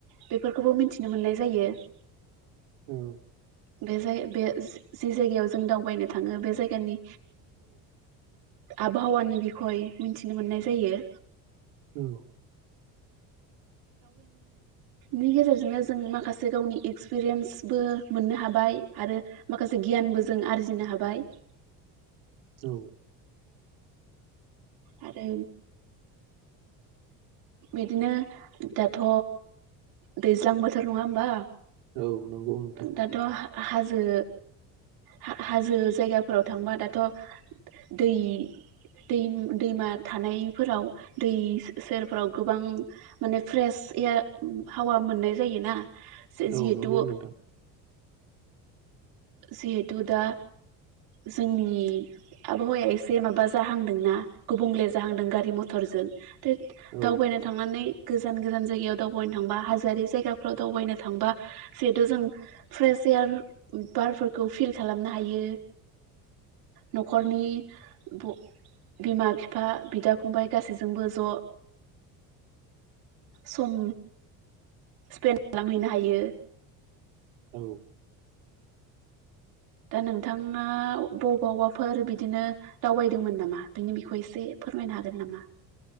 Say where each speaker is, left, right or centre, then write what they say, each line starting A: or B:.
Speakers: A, on the right (about 65°); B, on the right (about 80°).
A: बेफोरखौबो मिनथिनो मोननाय जायो।
B: औ
A: बे जाय बे जे जायगायाव जों दावबायनो थाङो बे जायगानि आबहावानि बिखय मिनथिनो मोननाय जायो।
B: औ
A: नि गेजेरजोंनो जों माखासे गावनि एक्सपिरियेन्सबो मोननो हाबाय आरो माखासे गियानबो जों आरजिनो हाबाय।
B: औ
A: आरो बिदिनो दाथ' दैज्लां बोथोर नङा होमबा?
B: औ नंगौ नोंथां नंगौ
A: दाथ' हा-हाज जो हा-हाजो जायगाफोराव थांबा दाथ' दै-दै-दैमा थानायफोराव दै सेर फोराव गोबां माने फ्रेश एयार हावा मोननाय जायोना। जे जिहेथु
B: औ नंगौ नोंथां
A: जिहेथु दा जोंनि आबहावाया एसे माबा जाहांदोंना गुबुंले जाहांदों गारि मथरजों। द
B: औ
A: दावबायना थांनानै गोजान गोजान जायगायाव दावबायनो थांबा हाजोआरि जायगाफ्राव दावबायनो थांबा जिहेथु जों फ्रेस यार बारफोरखौ फिल खालामनो हायो। न'खरनि ब बिमा बिफा बिदा फंबाय गासैजोंबो ज' सम स्पेन्ड खालामहैनो हायो।
B: औ
A: दा नोंथाङा बबावबाफोर बिदिनो दावबायदोंमोन नामा? बिनि बिखय एसे फोरमायनो हागोन नामा?